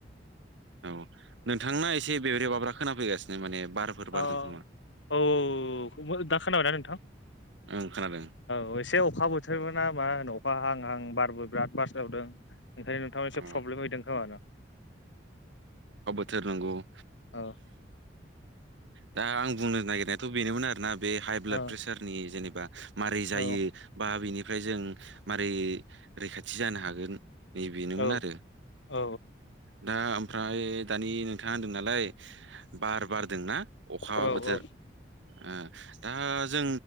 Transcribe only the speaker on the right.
औ नोंथांना एसे ब्रेबेब्राबा खोना फैगसिनो माने बारफोर बारदों
खोमा
ओं खोनादों
अ
थोरनंगौ
दा आं बुंनो नागिरनायाथ' बेनोमोन आरोना बे हाइ ब्लाद
प्रेसारनि जेनेबा मारै जायो
बा बिनि बेनिफ्राय जों मारै रैखाथि जानो हागोन नैबेनोमोन
आरो
दा ओमफ्राय दानि नोंथाङा होनदों नालाय बार बारदोंना अखा
बोथोर
ओ दा जों